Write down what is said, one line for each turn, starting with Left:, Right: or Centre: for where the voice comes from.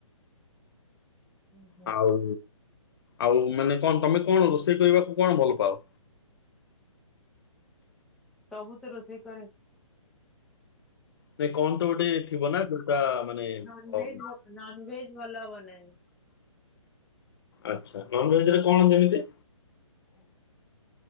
Centre: ହୁଁ ହୁଁ
Left: ଆଉ ଆଉ ମାନେ କଣ ତମେ କଣ ରୋଷେଇ କରିବାକୁ କଣ ଭଲ ପାଅ?
Centre: ସବୁ ତ ରୋଷେଇ କରେ।
Left: ନାଇଁ କଣ ତ ଗୋଟେ ଥିବ ନା ଯୋଉଟା ମାନେ
Centre: ନନଭେଜ
Left: ହ <inaudible>
Centre: ଭ- ନନଭେଜ ଭଲ ବନାଏ।
Left: ଆଛା ନନଭେଜରେ କଣ ଯେମିତି